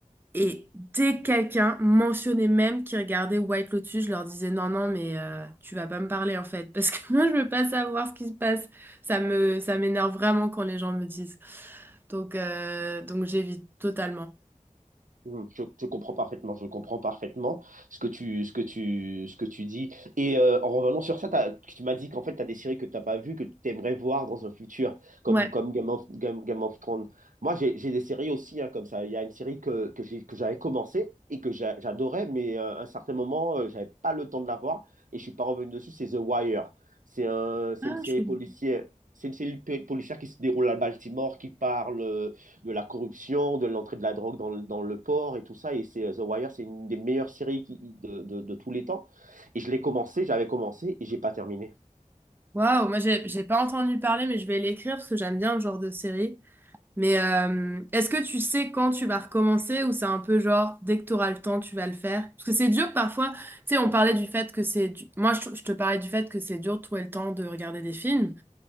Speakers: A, on the right (about 15°); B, on the right (about 80°).
A: Et dès que quelqu'un mentionnait même qui regardait White Lotus, je leur disais non, non, mais euh, tu vas pas me parler en fait, parce que <laughs> moi je veux pas savoir ce qui se passe. Ça me, ça m'énerve vraiment quand les gens me disent. Donc, euh, donc j'évite totalement.
B: Mhm, Je, je comprends parfaitement, je comprends parfaitement ce que tu, ce que tu, ce que tu dis. Et euh, en revenant sur ça, t'as- tu m'as dit qu'en fait, tu as des séries que tu n'as pas vues, que tu aimerais voir dans un futur, comme,
A: Ouais.
B: comme Game of, Game, Game of Thrones. Moi, j'ai j'ai des séries aussi hein, comme ça. Il y a une série que, que j'ai- que j'avais commencé et que j'a- j'adorais, mais euh, à un certain moment, euh, j'avais pas le temps de la voir et je suis pas revenu dessus, c'est The Wire. C'est un, c'est
A: Ah,
B: une série
A: je connais.
B: policière. C'est une série policière qui se déroule à Baltimore, qui parle. euh, de la corruption, de l'entrée de la drogue dans le, dans le port et tout ça. Et c'est euh, The Wire, c'est une des meilleures séries qui- de, de- de tous les temps. Et je l'ai commencé, j'avais commencé et j'ai pas terminé.
A: Waouh, moi j'ai j'ai pas entendu parler, mais je vais l'écrire parce que j'aime bien le genre de série. Mais euh, est-ce que tu sais quand tu vas recommencer ou c'est un peu genre dès que tu auras le temps, tu vas le faire? Parce que c'est dur parfois. Tu sais, on parlait du fait que c'est du- Moi, je, je te parlais du fait que c'est dur de trouver le temps de regarder des films.